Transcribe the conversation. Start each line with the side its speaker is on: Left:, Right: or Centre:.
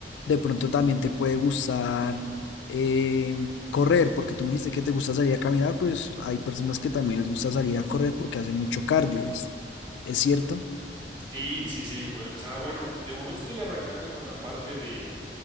Left: de pronto también te puede gustar eh, correr, porque tú me dijiste que te gusta salir a caminar, pues hay personas que también les gusta salir a correr porque hacen mucho cardio, ¿es, es cierto?
Right: Sí, sí, sí. bue- o sea, bueno, de momento estoy arrancando con la parte de